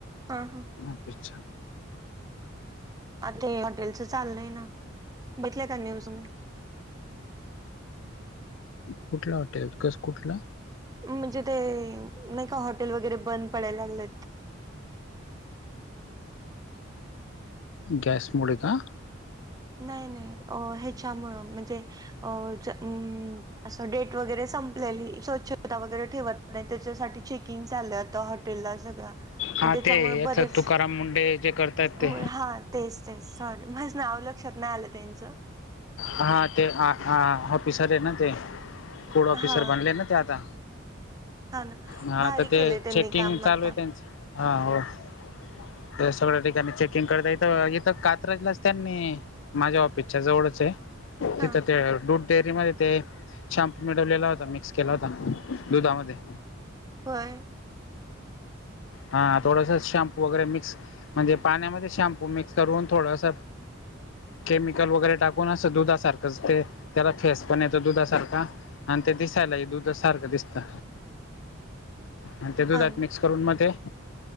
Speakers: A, on the right; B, on the left.
A: हा हा
B: ऑफिस चं
A: आ ते हॉटेलच चाललंय ना बघीतल्या का न्यूज मध्ये
B: कुठलं हॉटेल कस कुठलं?
A: म्हणजे ते नाही का हॉटेल वगैरे बंद पडायला लागलेत
B: गॅसमुळे का?
A: नाही नाही अ ह्याच्यामुळं म्हणजे अ जम अम अस डेट वगैरे संपलेली स्वच्छता वगैरे ठेवत नाही त्याच्यासाठी चेकिंग चाललंय आता हॉटेलला सगळ्या मग
B: हा
A: त्याच्यामुळे
B: ते याच
A: बरेच
B: तुकाराम मुंडे जे करतायत ते
A: मुळ हा तेच तेच सॉरी माझ्या नाव लक्षात नाही आलं त्यांचं
B: हा ते हा हा ऑफिसर आहे ना ते फूड
A: हा
B: ऑफिसर बनले ना ते आता
A: हा ना
B: हा
A: भारी
B: तर ते
A: केलंय त्यांनी
B: चेकिंग
A: काम आता
B: चालू आहे त्यांच हा हो सगळ्या ठिकाणी चेकिंग करता इथं इथं कात्रजलाच त्यांनी माझ्या ऑफिसच्या जवळच आहे
A: हा
B: तिथं ते डेरी मध्ये ते शॅम्पू मिळवलेला होता मिक्स केला होता दुधामध्ये
A: होय
B: हा थोडस शॅम्पू वगैरे मिक्स म्हणजे पाण्यामध्ये शॅम्पू मिक्स करून थोडस केमिकल वगैरे टाकुण पूर्ण असं दुधासारखंच ते त्याला फेस पण येतो दुधासारखा आणि ते दिसायला ही दुध सारखं दिसतं
A: <inaudible>
B: आणि ते दुधात
A: हा ना
B: मिक्स करून मग ते